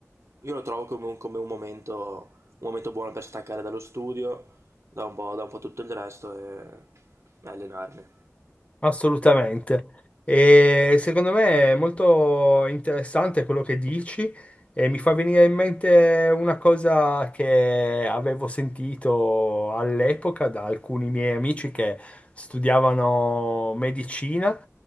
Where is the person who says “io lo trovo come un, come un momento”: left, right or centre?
Right